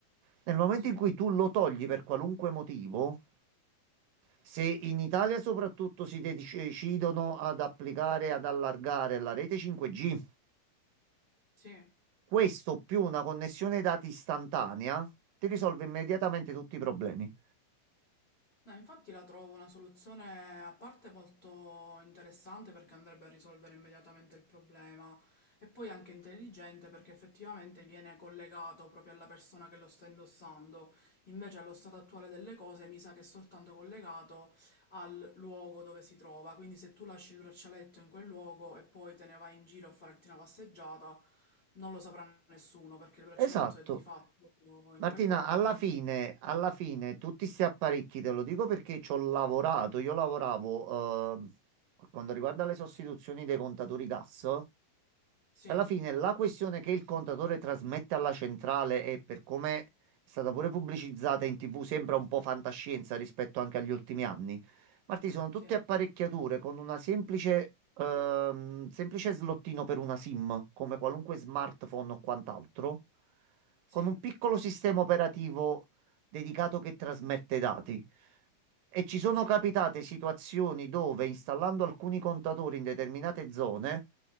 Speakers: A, on the right; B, on the left.
A: nel momento
B: Sì,
A: in cui tu lo togli per qualunque motivo, se in Italia soprattutto si de- decidono ad applicare, ad allargare la rete 5G,
B: sì.
A: questo più una connessione dati istantanea ti risolve immediatamente tutti i problemi.
B: No, infatti la trovo una soluzione a parte molto interessante perché andrebbe a risolvere immediatamente il problema e poi anche intelligente perché effettivamente viene collegato proprio alla persona che lo sta indossando. Invece allo stato attuale delle cose mi sa che è soltanto collegato al luogo dove si trova. Quindi se tu lasci il braccialetto in quel luogo e poi te ne vai in giro a farti una passeggiata, non lo saprà nessuno perché il braccialetto
A: Esatto,
B: è di fatto
A: Martina,
B: in quel luogo,
A: alla
B: quindi
A: fine, alla fine, tutti questi apparecchi, te lo dico perché ci ho lavorato, io lavoravo, eh, per quanto riguarda le sostituzioni dei contatori gas,
B: sì.
A: alla fine la questione che il contatore trasmette alla centrale e per come è stata pure pubblicizzata in TV sembra un po' fantascienza rispetto anche agli ultimi anni. Marti, sono
B: Sì,
A: tutte apparecchiature con una semplice, ehm, semplice slottino per una SIM, come qualunque smartphone o quant'altro,
B: sì,
A: con un piccolo sistema operativo dedicato che trasmette dati. E ci sono
B: sì.
A: capitate situazioni dove installando alcuni contatori in determinate zone